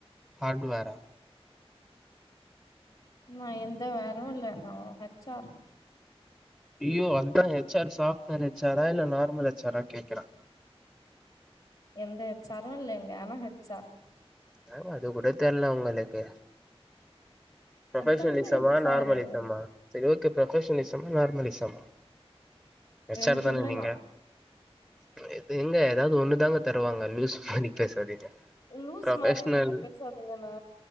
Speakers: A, in the centre; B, on the left.
A: ஹார்ட்வேரா
B: நா எந்த வேரு இல்ல நா ஹெச் ஆர்
A: ஐயோ அதா எச் ஆர் சாப்ட்வேர் எச் ஆரா இல்ல நார்மல் எச் ஆரா கேக்குறே
B: எந்த ஹெச் ஆரு இல்லைங்க ஆனா ஹெச் ஆர்
A: <unintelligible> அது கூட தெர்ல உங்களுக்கு பிரொபெஷநிசமா
B: அதாங்க ஹெச்
A: நார்மல்
B: ஆரு
A: இசம்மா சு செரி ஓகே ப்ரொபஷன்னிசமா நார்மனிசமா ஹெச்
B: ரெண்டுமே
A: ஆர் தான நீங்க
B: நா
A: இது எங்க எதாவது ஒண்ணுதாங்க தருவாங்க லூஸ் மா நீ பேசாதீங்க
B: உ லூஸ்
A: ப்ரொபஷ்னல்
B: மாரி நீங்க பேசாதீங்கன்னா